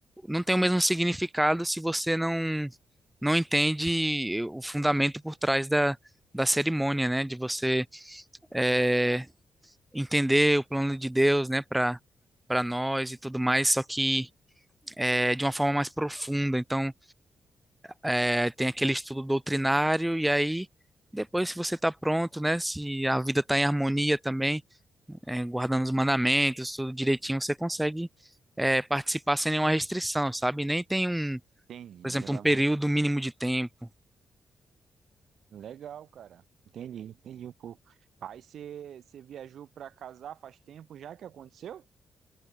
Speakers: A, in the centre; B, on the right.
A: não tem o mesmo significado se você não, não entende o fundamento por trás da, da cerimônia, né? De você eh, entender o plano de Deus, né, para para nós e tudo mais, só que é, de uma forma mais profunda. Então, é, tem aquele estudo doutrinário, e aí, depois, se você está pronto, né, se a vida está em harmonia também, é, guardando os mandamentos, tudo direitinho, você consegue, é, participar sem nenhuma restrição, sabe? Nem tem um,
B: Entendi.
A: por exemplo,
B: Ela,
A: um período
B: mano.
A: mínimo de tempo.
B: Legal, cara. Entendi, entendi um pouco. Aí você você viajou para casar faz tempo já que aconteceu?